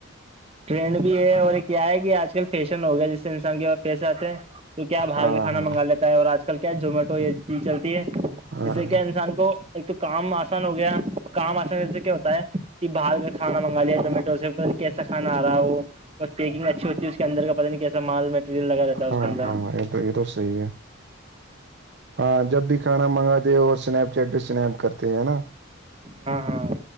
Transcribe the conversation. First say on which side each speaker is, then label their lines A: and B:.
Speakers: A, on the right; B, on the right.
A: ٹرینڈ بھی ہے اور ایک کیا ہے کہ آج کل فیشن ہو گیا جس سے انسان کے بع پیسے آتے ہیں تو کیا باہر
B: ہاں
A: کے کھانا
B: ہاں
A: منگا لیتا ہے اور آج کل کیا زومیٹو یہ چیز چلتی ہے
B: ہاں
A: اس سے کیا انسان کو ایک تو کام آسان ہو گیا کام آسان سے کیا ہوتا ہے کہ باہال کر کھانا منگا لیا زومیٹو سے اور کیسا کانا آ رہا ہو پیکنگ اچھی ہوتی اندر کا پتاہ نہیں کیسا مال مٹیریل لگا رہتا ہے اس
B: ہاں
A: کے اندر
B: ہاں یہ تو یہ تو صحیح ہے ہاں جب بھی کھانا منگا دے اور سنیک جٹ پہ سنم کرتے ہے نا
A: ہاں ہاں